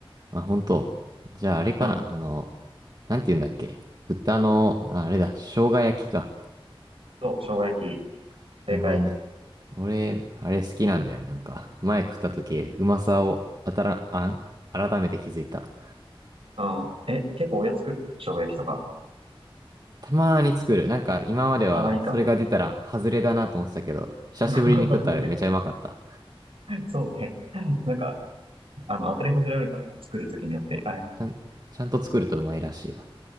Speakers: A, on the right; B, on the right.
A: あ、本当。じゃああれかな。
B: うん。
A: あの、なんて言うんだっけ。豚の、あ、あれだ、生姜焼きか。
B: そう、生姜焼き。正解。
A: なるほどね。俺、あれ好きなんだよね。なんか、前食った時、うまさを、あたら、あ、改めて気づいた。
B: うん。え、結構おやつ作る生姜焼きとか。
A: たまーに作る。なんか、今までは、
B: たまにか。
A: それが出たら、外れだなと思ってたけど、久しぶりに食ったらめちゃうまかった。
B: <laughs> 外れそうね。なんか、あの、当たり外れあるからな。作るときによって。
A: そうちゃん、
B: はい。
A: ちゃんと作るとうまいらしいわ。